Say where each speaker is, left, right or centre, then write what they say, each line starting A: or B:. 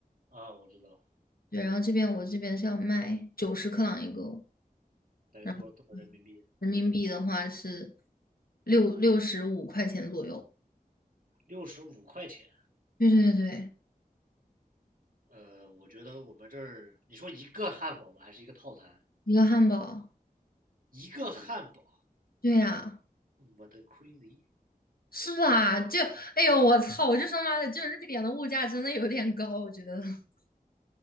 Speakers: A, on the right (about 65°); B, on the left (about 75°).
A: 啊，我知道，
B: 对，然后这边我这边是要卖九十克朗一个，
A: 等于多少多少人民币？
B: 然后人民币的话是六六十五块钱左右。
A: 六十五块钱。
B: 对对对，
A: 呃，我觉得我们这儿，你说一个汉堡吧，还是一个套餐？
B: 一个汉堡。
A: 一个汉堡，
B: 对呀，
A: 我的 crazy！
B: 是吧？就，哎呦，我操！我就说妈的，就是瑞典的物价真的有点高，我觉得。<laughs>